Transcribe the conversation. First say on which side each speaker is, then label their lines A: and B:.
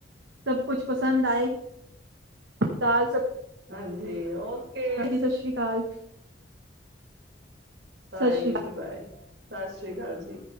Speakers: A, on the right; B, on the right.
A: ਸਭ ਕੁਛ ਪਸੰਦ ਆਏ, ਦਾਲ ਸਭ
B: ਹਾਂਜੀ ਓਕੇ
A: ਸਤਿ <inaudible> ਸਤਿ
B: ਬਾਏ
A: ਸ੍ਰੀ
B: ਜੀ ਬਾਏ ਸਤ ਸ਼੍ਰੀ ਸਤਿ ਸ਼੍ਰੀ ਅਕਾਲ ਜੀ